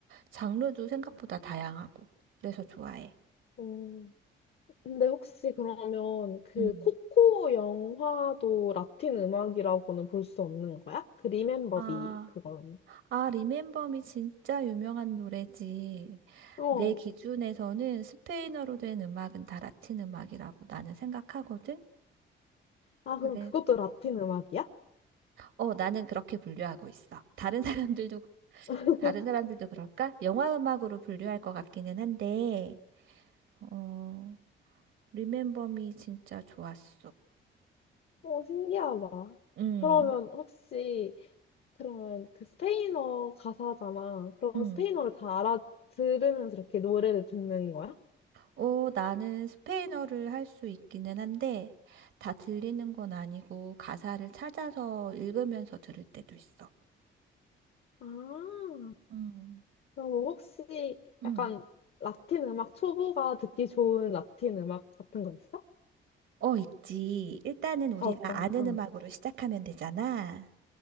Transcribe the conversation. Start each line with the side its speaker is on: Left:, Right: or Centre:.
Right: 장르도 생각보다 다양하고. 그래서 좋아해.
Left: 응. 근데 혹시 그러면 그
Right: 음.
Left: 코코 영화도 라틴 음악이라고는 볼 수 없는 거야? 그 리멤버비
Right: 아,
Left: 그건.
Right: 아, 리멤버미 진짜 유명한 노래지.
Left: 어.
Right: 내 기준에서는 스페인어로 된 음악은 다 라틴 음악이라고 나는 생각하거든.
Left: 아,
Right: 그래.
Left: 그럼 그것도 라틴 음악이야?
Right: 어, 나는 그렇게 분류하고 있어. 다른 사람들도,
Left: <laughs>
Right: 다른 사람들도 그럴까? 영화 음악으로 분류할 것 같기는 한데, 어, 리멤버미 진짜 좋았어.
Left: 어, 신기하다.
Right: 음,
Left: 그러면 혹시 그러면 그 스페인어 가사잖아. 그럼
Right: 음.
Left: 스페인어를 다 알아들으면서 이렇게 노래를 듣는 거야?
Right: 어, 나는 스페인어를 할 수 있기는 한데, 다 들리는 건 아니고, 가사를 찾아서 읽으면서 들을 때도 있어.
Left: 아,
Right: 음.
Left: 그럼 혹시
Right: 응.
Left: 약간 라틴 음악 초보가 듣기 좋은 라틴 음악 같은 거 있어?
Right: 어, 있지. 일단은 우리가
Left: 아, 어떤,
Right: 아는
Left: 아.
Right: 음악으로 시작하면 되잖아.